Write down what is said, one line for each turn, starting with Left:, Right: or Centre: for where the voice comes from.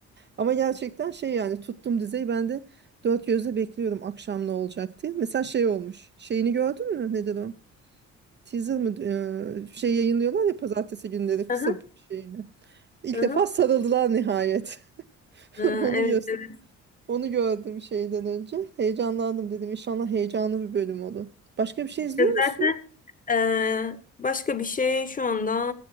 Right: Ama gerçekten şey yani tuttum dizeyi ben de dört gözle bekliyorum akşam ne olacak diye. Mesela şey olmuş. Şeyini gördün mü? Nedir o? Teaser mı? Ee, şey yayınlıyorlar ya pazartesi günleri kısa
Left: Aha,
Right: bir şeyini. İlk
Left: aha.
Right: defa sarıldılar nihayet. <laughs>
Left: Aa,
Right: Onu
Left: evet
Right: gö-
Left: evet.
Right: onu gördüm şeyden önce. Heyecanlandım dedim. inşallah heyecanlı bir bölüm olur. Başka bir şey izliyor
Left: Zaten
Right: musun?
Left: Ee, başka bir şey şu anda.